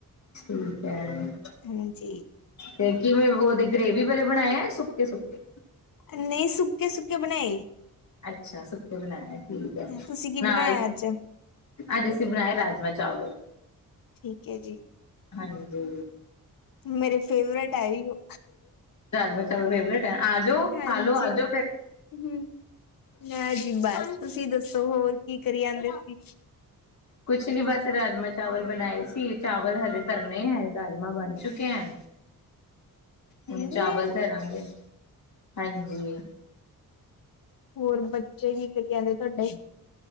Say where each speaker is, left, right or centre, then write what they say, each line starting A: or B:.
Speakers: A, on the left; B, on the left.
A: ਠੀਕ ਹੈ
B: ਹਾਂਜੀੀ
A: ਤੇ ਕੀ ੳ ਗਰੇਵੀ ਵਾਲੇ ਬਣਾਇਆ ਸੁਖਤੇ ਸੁਖਤੇ
B: ਨਹੀਂ ਸੁੱਕੇ ਸੁੱਕੇ ਬਣਾਏ
A: ਅੱਛਾ ਸੁੱਕੇ ਬਣਾਇਆ ਠੀਕ ਹੈ
B: ਤੁਸੀਂ ਕੀ
A: ਨਾਲ
B: ਬਣਾਇਆ ਅੱਜ?
A: ਅੱਜ ਅਸੀਂ ਬਣਾਏ ਰਾਜਮਾ ਚਾਲ
B: ਠੀਕ ਹੈ ਜੀ
A: ਹਾਂਜੀ
B: ਮੇਰੇ ਫੇਵਰੇਟ ਆ ਉਹ
A: ਰਾਜਮ ਚਾਵਲ ਫੇਵਰੇਟ ਹੈ ਆਜੋ
B: ਹਾਂਜੀ
A: ਖਾਲੋ ਆਜੋ ਫਿਰ
B: ਹੂੰ ਲੈ ਜੀ ਬਸ ਤੁਸੀਂ ਦੱਸੋ ਹੋਰ ਕੀ ਕਰੀ ਜਾਂਦੇ ਸੀ?
A: ਕੁਛ ਨੀ ਬਸ ਰਾਜਮਾਂ ਚਾਵਲ ਬਣਾਏ ਸੀ ਚਾਵਲ ਹਲੇ ਤਰਨੇ ਹੈ ਰਾਜਮਾਂ ਬਣ ਚੁੱਕੇ ਹੈ ਹੁਣ
B: ਇੰਨੀ
A: ਚਾਵਲ
B: ਲੇਟ
A: ਧਰਾਂਗੇ ਹਾਂਜੀ
B: ਹੋਰ ਬੱਚੇ ਹੀ ਕਰੀ ਜਾਂਦੇ ਤੁਹਾਡੇ